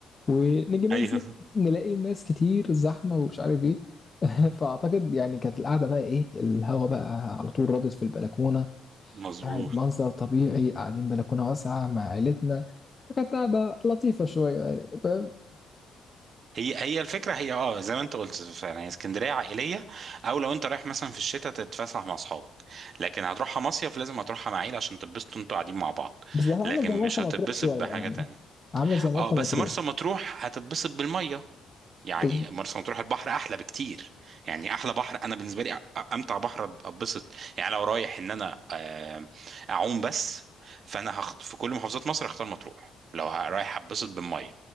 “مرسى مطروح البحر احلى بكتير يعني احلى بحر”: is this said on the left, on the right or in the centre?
Right